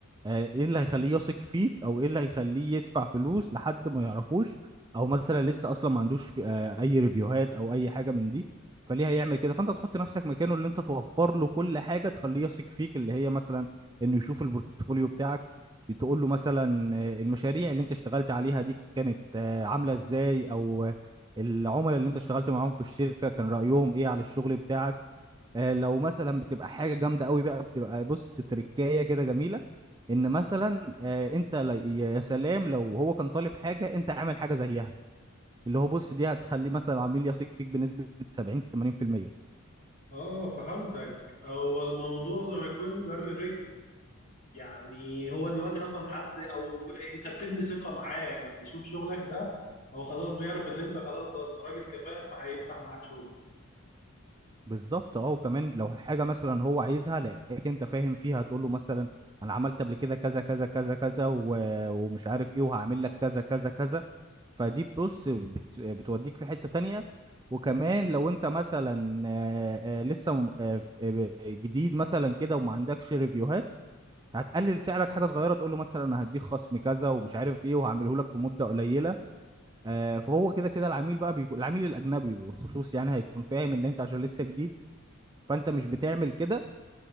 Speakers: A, on the right; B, on the left.
A: آه، ايه اللي هيخليه يثق فيك او ايه اللي هيخليه يدفع فلوس لحد ما يعرفوش او مثلا لسه اصلا ما عندوش في آه، اي ريفيوهات او اي حاجه من دي فليه هيعمل كده فانت تحط نفسك مكانه اللي انت توفر له كل حاجه تخليه يثق فيك اللي هي مثلا انه يشوف البورتفوليو بتاعك تقول له مثلا آه، المشاريع اللي انت اشتغلت عليها دي كانت آه، عامله ازاي او آه، العملاء اللي انت اشتغلت معاهم في الشركه كان رايهم ايه على الشغل بتاعك آه، لو مثلا بتبقى حاجه جامده قوي بقى بتبقى بص تركايه كده جميله ان مثلا آه، انت ل- يا سلام لو هو كان طالب حاجه انت عامل حاجه زيها اللي هو بص دي هتخليه مثلا عميل يثق فيك بنسبه 70 80%
B: اه فهمتك هو الموضوع زي ما يكون جر رجل يعني هو دلوقتي مثلا حد او انت بتبني ثقة معاه لما يشوف شغلك ده هو خلاص بيعرف اللي انت خلاص ده انت راجل كفاءة فهيفتح معاك شغل
A: بالظبط اه وكمان لو حاجه مثلا هو عايزها لقيك انت فاهم فيها تقول له مثلا انا عملت قبل كده كذا كذا كذا كذا و... ومش عارف ايه وهعمل لك كذا كذا كذا فدي بص بت... بتوديك في حته تانية وكمان لو انت مثلا آه، آه، لسه م- آه، ف- آه، جديد مثلا كده وما عندكش ريفيوهات هتقلل سعرك حاجه صغيره تقول له مثلا انا هديك خصم كذا ومش عارف ايه وهعمله لك في مده قليله آه، فهو كده كده العميل بقى بيكون العميل الاجنبي بالخصوص يعني هيكون فاهم ان انت عشان لسه جديد فانت مش بتعمل كده